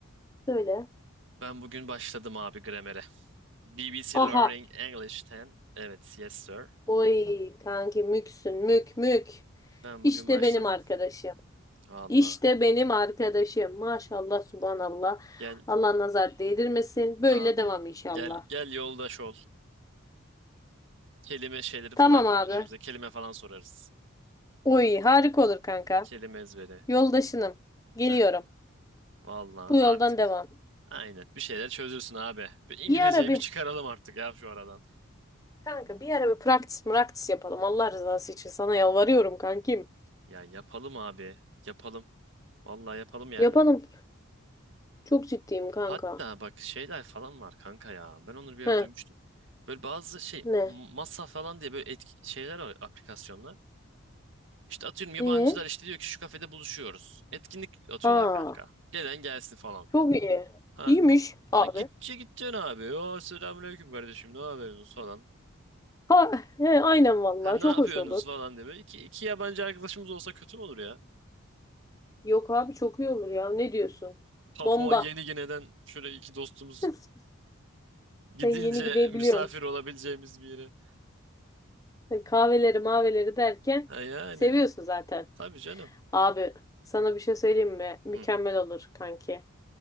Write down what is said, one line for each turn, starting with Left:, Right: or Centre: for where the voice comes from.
Left: Söyle.
Right: Ben bugün başladım abi gramere. BBC
Left: Aha.
Right: Learning English 10. Evet, yes sir.
Left: Oy kanki müksün mük mük.
Right: Ben
Left: İşte
Right: bugün başladım.
Left: benim arkadaşım.
Right: Valla.
Left: İşte benim arkadaşım. Maşallah subhanallah.
Right: Gel,
Left: Allah nazar değdirmesin. Böyle
Right: amin.
Left: devam inşallah.
Right: Gel, gel yoldaş ol. Kelime şeyleri
Left: Tamam
Right: falan yaparız
Left: abi.
Right: birbirimize. Kelime falan sorarız.
Left: Uy, harika olur kanka.
Right: Kelime ezberi.
Left: Yoldaşınım. Geliyorum.
Right: Heh, valla
Left: Bu yoldan
Right: artık.
Left: devam.
Right: Aynen. Bir şeyler çözülsün abi. Bir İngilizceyi
Left: Bir ara bir
Right: bir çıkaralım artık ya şu aradan.
Left: kanka bir ara bir praktis praktis yapalım. Allah rızası için sana yalvarıyorum kankim.
Right: Ya yapalım abi. Yapalım. Valla yapalım yani.
Left: Yapalım. Çok ciddiyim kanka.
Right: Hatta bak şeyler falan var kanka ya. Ben onları bir ara
Left: He,
Right: duymuştum. Böyle bazı şey
Left: ne?
Right: masa falan diye böyle etki, şeyler var aplikasyonlar. İşte atıyorum yabancılar
Left: E?
Right: işte diyor ki şu kafede buluşuyoruz. Etkinlik atıyorlar
Left: Aa,
Right: kanka. Gelen gelsin falan.
Left: çok iyi.
Right: Ha.
Left: İyiymiş abi.
Right: La gitçe gideceksin abi. O selamünaleyküm kardeşim ne yapıyorsunuz falan.
Left: Ha, he, aynen vallahi
Right: Ha ne
Left: çok
Right: yapıyorsunuz
Left: hoş olur.
Right: falan diye. Böyle iki, iki yabancı arkadaşımız olsa kötü mü olur ya?
Left: Yok abi çok iyi olur ya. Ne diyorsun?
Right: Papua
Left: Bomba.
Right: Yeni Gine'den şöyle iki dostumuz
Left: <laughs>
Right: gidince
Left: Sen yeni gidebiliyorsun.
Right: misafir olabileceğimiz bir yere.
Left: Heh. Kahveleri maveleri derken
Right: Ha yani.
Left: seviyorsun zaten.
Right: Tabii canım.
Left: Abi sana bir şey söyleyeyim mi? Mükemmel
Right: Hı.
Left: olur kanki.